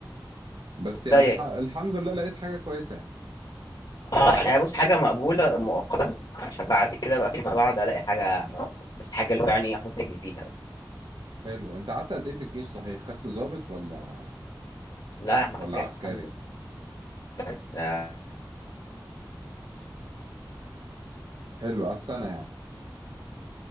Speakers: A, on the right; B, on the left.
A: بس يعني
B: زيّك.
A: الح... الحمد لله لقيت حاجه كويسه يعني
B: آه، يعني بُص حاجة مقبولة مؤقتًا، عشان بعد كده بقى فيما بعد ألاقي حاجة يعني أفضل، بس حاجة اللي هو يعني أحُط رجلي فيها بس.
A: حلو انت قعدت قد ايه في الجيش صحيح خدت ضابط ولا
B: لا يا عم
A: ولا
B: عسكري
A: عسكري
B: الحمد لله
A: حلو قعدت سنه يعني